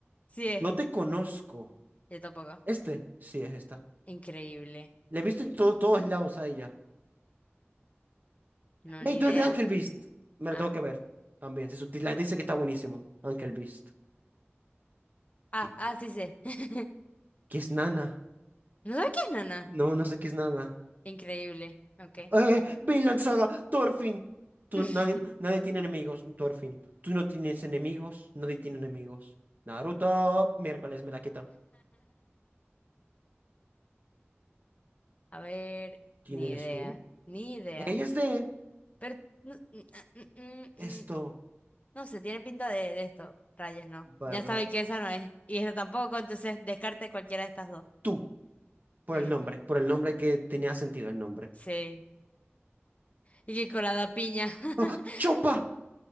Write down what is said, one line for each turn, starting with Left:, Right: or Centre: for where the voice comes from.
Left: sí es.
Right: Yo te conozco.
Left: Yo tampoco.
Right: ¿Este? Sí, es esta.
Left: Increíble.
Right: Le he visto en to- todos lados a ella.
Left: No,
Right: Hey,
Left: ni
Right: tú
Left: idea.
Right: eres de Angel Beast. Me
Left: Ah,
Right: lo tengo que ver también. Se subti- La gente dice que está buenísimo. Angel Beast.
Left: ah,
Right: ¿Qué?
Left: ah, sí sé. <laughs>
Right: ¿Qué es Nana?
Left: ¿No sabes qué es, nana?
Right: No, no sé qué es Nana.
Left: Increíble. Ok.
Right: ¡Eh! Vinland Saga, Thorfinn. Tú,
Left: <laughs>
Right: nadie, nadie tiene enemigos, Thorfinn. Tú no tienes enemigos, nadie tiene enemigos. Naruto, miércoles me la quito.
Left: A ver,
Right: ¿Quién
Left: ni
Right: eres
Left: idea,
Right: tú?
Left: ni idea.
Right: Ella es de
Left: Pero no, mm, ah, mm, mm,
Right: esto.
Left: mm, no sé, tiene pinta de, de esto. Rayas, no.
Right: bla,
Left: Ya
Right: bla,
Left: sabe que esa no es. Y esta tampoco, entonces descarte cualquiera de estas dos.
Right: Tú, por
Left: Ujú,
Right: el nombre, por el nombre que tenía sentido el nombre.
Left: Sí. Y que colada piña. <laughs>
Right: ¡Ah! ¡Chopa!